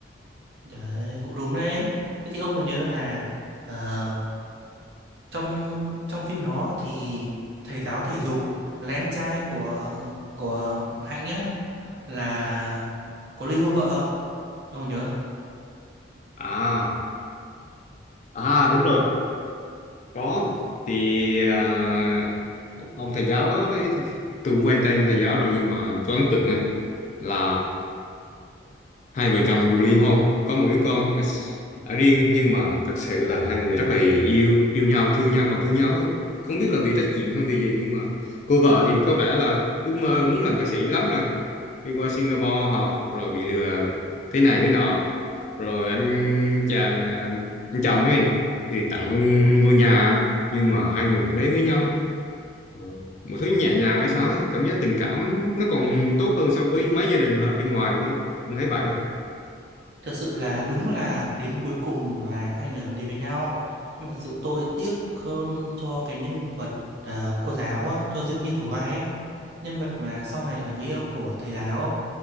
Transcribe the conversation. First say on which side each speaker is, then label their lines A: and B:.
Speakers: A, on the right; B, on the left.
A: Trời ơi, cũng đúng đấy. Thế thì ông còn nhớ là ờ, trong trong phim đó thì thầy giáo thể dục là em trai của của Hạnh á là có ly hôn vợ không em còn nhớ không
B: À à đúng rồi. Có thì à, ông thầy giáo đó đấy thì tôi cũng quen tên thầy giáo rồi nhưng mà tôi ấn tượng thôi là hai vợ chồng dù ly hôn có một đứa con ở, ở riêng nhưng mà thật sự là hai người rất là yêu yêu nhau thương nhau còn thương nhau ấy không biết là vì trách nhiệm hay vì gì nhưng mà cô vợ thì có vẻ là ước mơ muốn làm ca sĩ lắm rồi đi qua Singapore học rồi bị lừa thế này thế nọ rồi anh chàng à, anh chồng ấy thì tặng luôn ngôi nhà nhưng mà hai người vẫn đến với nhau Ờ, một thứ nhẹ nhàng hay sao ấy cảm giác tình cảm nó còn tốt hơn so với mấy gia đình ở bên ngoài luôn ấy không thấy vậy không
A: thật sự là đúng là đến cuối cùng là hai người vẫn đến với nhau nhưng mà thật sự tôi tiếc hơn cho cái nhân vật ờ, cô giáo á, cho Diệu Như thủ vai á nhân vật mà sau này là người yêu của thầy giáo